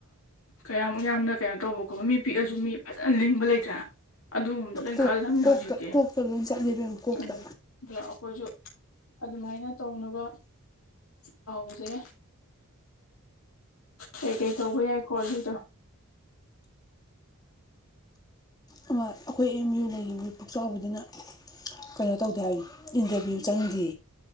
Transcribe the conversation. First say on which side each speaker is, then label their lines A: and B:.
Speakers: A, on the left; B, on the left.
A: ꯀꯌꯥꯃꯨꯛ ꯌꯥꯝꯅ ꯀꯩꯅꯣ ꯇꯧꯕ ꯈꯣꯠꯄ ꯃꯤ ꯄꯤꯛꯑꯁꯨ ꯃꯤ ꯐꯖꯅ ꯂꯤꯡꯕ ꯂꯩꯇ꯭ꯔꯥ ꯑꯗꯨꯒꯨꯝꯕꯗ ꯂꯩ
B: ꯀꯣꯛ
A: ꯈꯜꯂꯕꯅꯤ
B: ꯀꯣꯛꯇ
A: ꯍꯧꯖꯤꯛꯀꯤ ꯑ
B: ꯀꯣꯛꯇ ꯂꯣꯏ ꯆꯠꯂꯦ ꯏꯕꯦꯝꯃ ꯀꯣꯛꯇ
A: ꯑꯗ ꯑꯩꯈꯣꯏꯁꯨ ꯑꯗꯨꯃꯥꯏꯅ ꯇꯧꯅꯕ ꯄꯥꯎꯖꯩ ꯀꯩꯀꯩ ꯇꯧꯕ ꯌꯥꯏ ꯀꯣꯜꯂꯤꯗ <inaudible>
B: ꯑꯃ ꯑꯩꯈꯣꯏ ꯑꯦꯝ ꯌꯨ ꯄꯨꯛꯆꯥꯎꯕꯤꯗꯨꯅ ꯀꯩꯅꯣ ꯇꯧꯗꯦ ꯍꯥꯏꯕ ꯏꯟꯇꯔꯚꯤꯌꯨ ꯆꯪꯗ꯭ꯔꯤ